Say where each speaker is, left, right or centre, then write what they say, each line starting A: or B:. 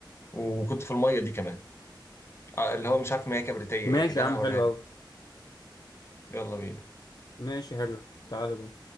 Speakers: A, on the left; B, on the left.
A: وكنت في الميه دي كمان آه، اللي هو مش عارف ما هي كبريتيه
B: ماشي
A: ايه كده
B: يا
A: انا
B: عم
A: هوريها
B: حلو
A: لك
B: قوي
A: يلا بينا
B: ماشي حلو تعالى بينا